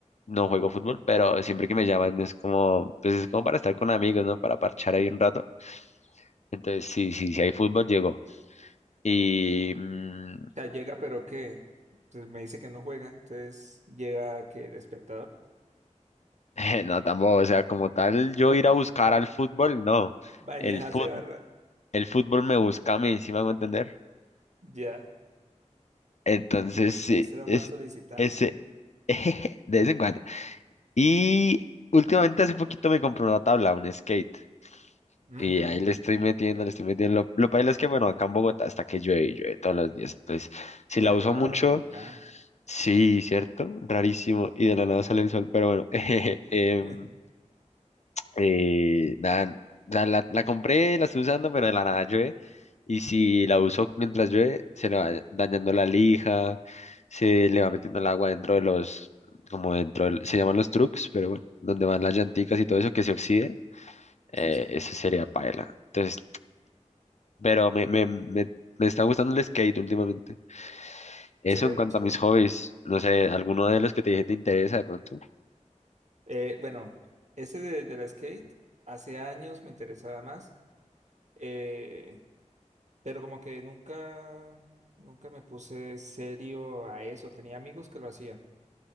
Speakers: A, on the left (about 65°); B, on the right (about 65°).
A: no juego fútbol, pero siempre que me llaman es como, pues es como para estar con amigos, ¿no? Para parchar ahí un rato. Entonces, sí, sí, sí hay fútbol, llegó. Y mm,
B: sea, llega, pero que me dice que no juega, entonces llega que de espectador
A: <laughs> no, tampoco, o sea, como tal, yo ir a buscar al fútbol, no.
B: Baile,
A: El
B: hace
A: fut,
B: barra.
A: el fútbol me busca a mí, ¿sí me hago entender?
B: Ya.
A: Entonces, sí,
B: Parcero
A: es
B: más solicitado.
A: ese, <laughs> de vez en cuando. Y últimamente, hace poquito me compré una tabla, un skate.
B: Ujú,
A: Y ahí le estoy metiendo, le estoy metiendo. Lo, lo paila es que, bueno, acá en Bogotá hasta que llueve, y llueve todos los días. Entonces, si
B: Qué
A: la uso
B: raro
A: mucho,
B: en Bogotá.
A: sí, ¿cierto? Rarísimo. Y de la nada sale el sol, pero bueno. <laughs> em,
B: <laughs>
A: Eh, nada, o sea, la, la compré, la estoy usando, pero de la nada llueve. Y si la uso mientras llueve, se le va dañando la lija, se le va metiendo el agua dentro de los, como dentro, del- se llaman los trucks, pero bueno, donde van las llanticas y todo eso que se oxide, eh,
B: Sí, sí.
A: eso sería paela. Entonces, pero me, me, me, me está gustando el skate últimamente. Eso
B: Chévere,
A: en cuanto
B: chévere.
A: a mis hobbies, no sé, alguno de los que te dije te interesa de pronto.
B: Eh, bueno, ese de, de la skate hace años me interesaba más, eh, pero como que nunca, nunca me puse serio a eso. Tenía amigos que lo hacían,